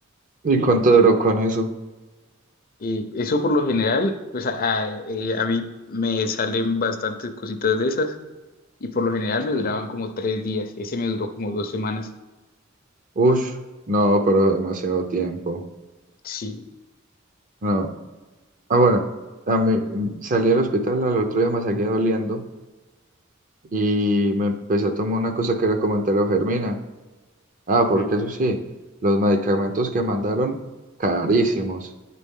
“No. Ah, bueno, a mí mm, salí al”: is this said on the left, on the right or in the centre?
Right